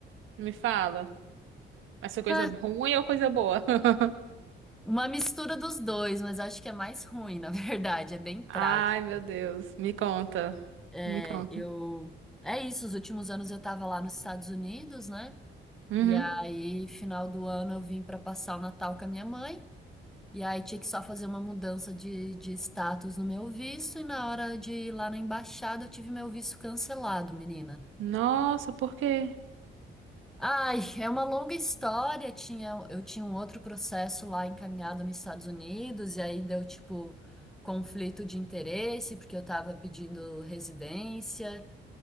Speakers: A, on the right; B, in the centre.
A: Me fala. Mas foi coisa
B: Ah,
A: ruim ou coisa boa? <laughs>
B: Uma mistura dos dois, mas acho que é mais ruim, <laughs> na verdade, é bem
A: Ai,
B: trágico.
A: meu Deus. Me conta.
B: É,
A: Me conta.
B: eu. É isso, os últimos anos eu estava lá nos Estados Unidos, né?
A: Uhum.
B: E aí, final do ano, eu vim para passar o Natal com a minha mãe. E aí, tinha que só fazer uma mudança de, de status no meu visto. E na hora de ir lá na embaixada, eu tive meu visto cancelado, menina.
A: Nossa, por quê?
B: Ai, é uma longa história. Tinha, eu tinha um outro processo lá encaminhado nos Estados Unidos. E aí, deu tipo conflito de interesse, porque eu estava pedindo residência.